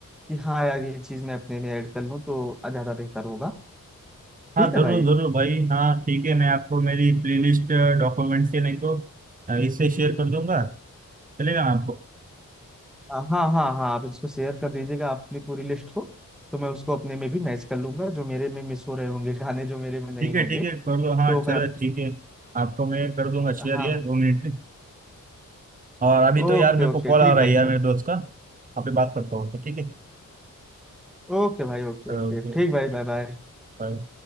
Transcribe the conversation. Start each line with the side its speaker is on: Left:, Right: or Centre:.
Centre: कि हाँ यार ये चीज मैं अपने में ऐड कर लूँ तो ज्यादा बेहतर होगा
Right: हाँ
Centre: ठीक
Right: जरूर
Centre: है भाई
Right: जरूर भाई हाँ ठीक है मैं आपको मेरी प्लेलिस्ट डॉक्यूमेंट से नहीं तो अ, इससे शेयर कर दूंगा चलेगा ना आपको
Centre: हाँ हाँ हाँ आप इसको शेयर कर दीजिएगा अपनी पूरी लिस्ट को तो मैं उसको अपने में भी मैच कर लूंगा जो मेरे में मिस हो रहे होंगे गाने जो मेरे में नहीं
Right: ठीक है
Centre: होंगे
Right: ठीक है कर दो हाँ
Centre: तो
Right: चलो
Centre: मैं
Right: ठीक है आपको मैं कर दूंगा शेयर
Centre: हाँ
Right: यार दो मिनट में और अभी तो
Centre: ओके
Right: यार मेरे
Centre: ओके
Right: को कॉल आ
Centre: ठीक
Right: रहा
Centre: भाई
Right: है यार
Centre: कब
Right: मेरे दोस्त का आप ही बात करता हूँ ठीक है
Centre: ओके भाई ओके
Right: Okay
Centre: ओके ठीक भाई बाय बाय
Right: bye